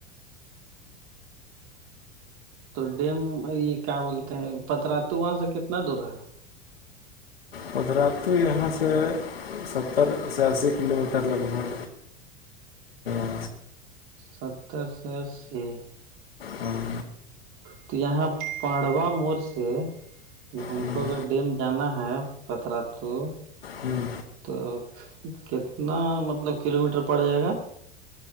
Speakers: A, on the right (about 45°); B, on the left (about 75°).
A: تو ڈیم یہ کیا بولتے ہیں پترا توو وہاں سے کتنا دور ہے
B: قجرات یہاں سے ستر سے اسی کلو میٹر لگ بھگ تو
A: ستر سو اسی
B: ہاں
A: تو یہاں پاڑوا موڑ سے ہم
B: ہوں
A: کو اگر ڈیم جانا ہے پترا توو
B: ہوں
A: تو کتنا مطلب کلو میٹر پڑ جائے گا